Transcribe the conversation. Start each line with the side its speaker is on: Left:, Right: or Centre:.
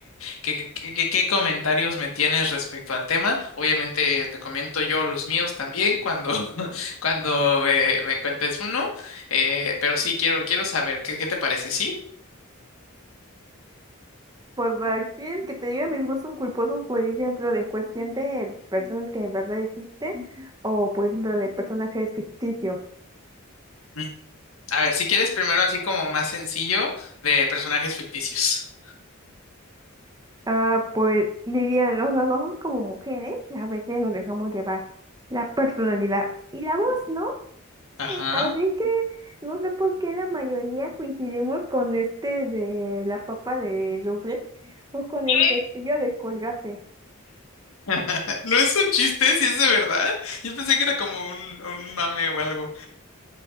Left: ¿Qué, qué, qué- qué- comentarios me tienes respecto al tema? Obviamente te comento yo los míos también cuando, <laughs> cuando me, me cuentes uno, eh, pero sí, quiero, quiero saber, ¿qué, qué te parece? ¿Sí?
Right: Pues aquí el que te diga mis gustos culposos, por ejemplo, de en cuestión de personas que en verdad existen o por ejemplo de personajes ficticios.
Left: Mm, A ver, si quieres primero así como más sencillo de personajes ficticios.
Right: Ah, pues dirían, o sea, nosotros como mujeres a veces nos dejamos llevar la personalidad y la voz, ¿no?
Left: Ajá.
Right: Así que no sé por qué la mayoría coincidimos con este de la papa de Duflet o con
Left: ¿Qué?
Right: el cepillo de Colgate.
Left: <laughs> No es un chiste, si es de verdad. Yo pensé que era como un, un mame o algo.